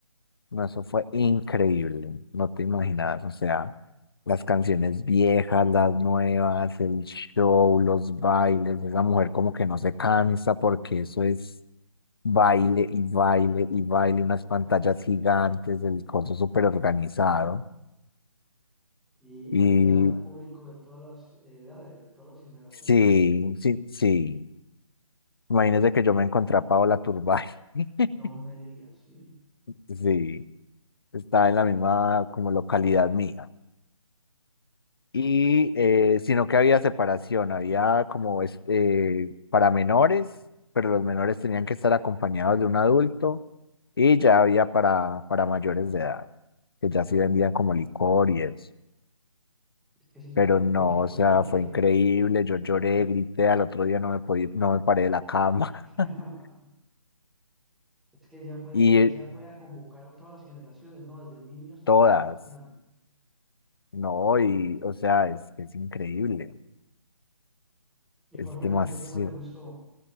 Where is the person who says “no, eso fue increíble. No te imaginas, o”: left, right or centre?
Left